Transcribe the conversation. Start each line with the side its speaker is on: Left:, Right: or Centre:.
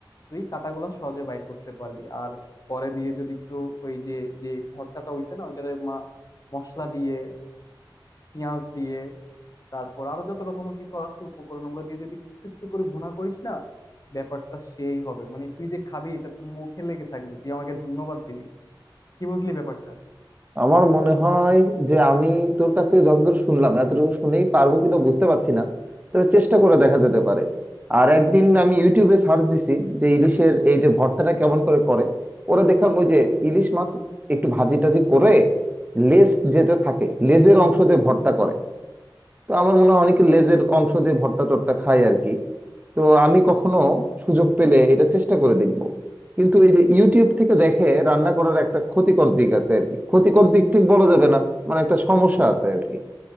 Left: তুই কাঁটাগুলো সহজে বাইর করতে পারবি আর পরে দিয়ে যদি একটু ওই যে যে ভর্তাটা হইছে না ওইটারে মা- মশলা দিয়ে পেঁয়াজ দিয়ে তারপর আরো যত রকমের কিছু আছে উপকরণ ওগুলো দিয়ে যদি একটু একটু করে ভুনা করিস না ব্যাপারটা সেই হবে মানে তুই যে খাবি এটা তোর মুখে লেগে থাকবে তুই আমাকে ধন্যবাদ দিবি কি বুঝলি ব্যাপারটা
Right: আমার মনে হয় যে আমি তোর কাছ থেকে যতদূর শুনলাম এতটুকু শুনেই পারবো কিনা বুঝতে পারছি না তবে চেষ্টা করে দেখা যেতে পারে আর একদিন আমি ইউটিউবে সার্চ দিছি যে ইলিশের এই যে ভর্তাটা কেমন করে করে ওরা দেখলাম ওই যে ইলিশ মাছ একটু ভাজি টাজি করে লেজ যেতে থাকে লেজের অংশ দিয়ে ভর্তা করে তো আমার মনে হয় অনেকে লেজের অংশ দিয়ে ভর্তা টর্তা খায় আর কি তো আমি কখনো সুযোগ পেলে এটা চেষ্টা করে দেখব কিন্তু এই যে ইউটিউব থেকে দেখে রান্না করার একটা ক্ষতিকর দিক আছে আর কি ক্ষতিকর দিক ঠিক বলা যাবে না মানে একটা সমস্যা আছে আর কি